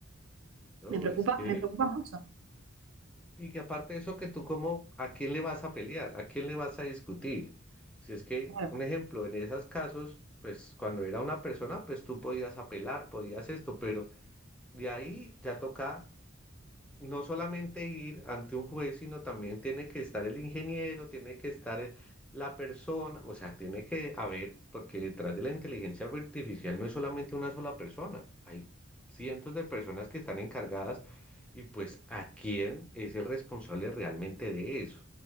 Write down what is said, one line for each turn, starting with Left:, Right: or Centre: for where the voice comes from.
Centre: no,
Right: Me preocupa,
Centre: es que,
Right: me preocupa mucho,
Centre: y que aparte de eso, que tú como, ¿a quién le vas a pelear? ¿A quién le vas a discutir? Si es que,
Right: claro.
Centre: un ejemplo, en esos casos, pues cuando era una persona, pues tú podías apelar, podías esto, pero de ahí ya toca no solamente ir ante un juez, sino también tiene que estar el ingeniero, tiene que estar el- la persona, o sea, tiene que haber, porque detrás de la inteligencia artificial no es solamente una sola persona, hay cientos de personas que están encargadas y pues a quién es el responsable realmente de eso.